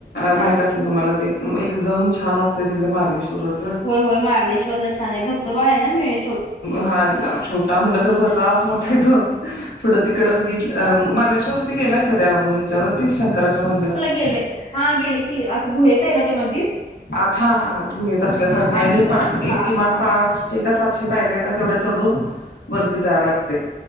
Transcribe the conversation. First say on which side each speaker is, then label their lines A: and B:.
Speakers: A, on the left; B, on the left.
A: माहित
B: हा.
A: असेल तुम्हाला ते एकदम छान वाटतंय तिकडे मारलेश्वरला.
B: होय होय मार्लेश्वरला छान आहे. धबधबा आहे ना मिळ
A: हा छोटा म्हणलं तर बराच मोठा आहे तो. पुढं तिकड बघितलं,
B: हा
A: मालवेश्वरवरती गेलायसा त्या मग ह्याच्यावरती शंकराच्या मंदिरात?
B: गेलंय. हा गेले की, असं गुहेेत आहे ना ते मंदिर?
A: आता हा हा गुहेत असल्यासारखं
B: हा
A: हाय
B: आतमध्ये
A: आणि पा
B: हा
A: एक किमान
B: हा
A: पाच शे का सातशे पायऱ्या आता तेवढ्या चढून वरती जायाय लागतंय.